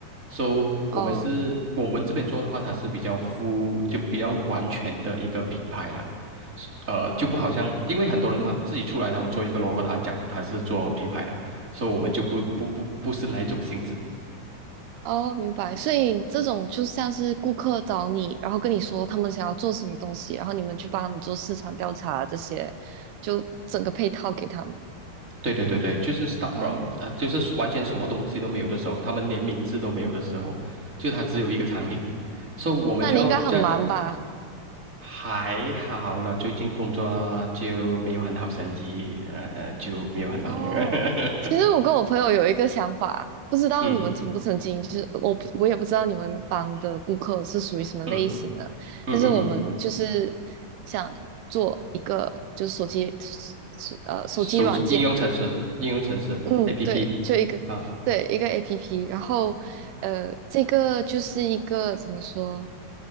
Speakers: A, on the right; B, on the right.
A: So，
B: 哦，
A: 我们是，我们这边做的话，它是比较 f 就比较完全的一个品牌啦。是呃，就不好像，
B: 明白。
A: 因为很多人嘛，自己出来，他们做一个 logo，他讲他是做品牌的，所以我们就不不不不是那一种性质。
B: 哦，明白。所以这种就像是顾客找你，然后跟你说他们想要做什么东西，然后你们去帮他们做市场调查这些，就整个配套给他们。
A: 对对对对，就是 start
B: 哦，
A: from，呃，就是完全什么东西都没有的时候，他们连名字都没有的时候，就它只有一个产品。
B: 好，
A: 所以，我们就要在
B: 那你应该很忙吧？
A: 还好了，最近工作就没有很好生意，呃，就没有很忙。
B: 哦，
A: <laughs>
B: 其实我跟我朋友有一个想法，不知道你们曾不曾经，
A: 嗯
B: 就是我不我也不知道你们帮的顾客是属于什么类型的，
A: 嗯嗯嗯嗯，
B: 但是我们就是想做一个就是手机呃手机软件。
A: 手机应用程式，应用程式
B: 嗯，
A: APP
B: 对，就一个，
A: 啊，
B: 对，一个 APP，然后，呃，这个就是一个怎么说？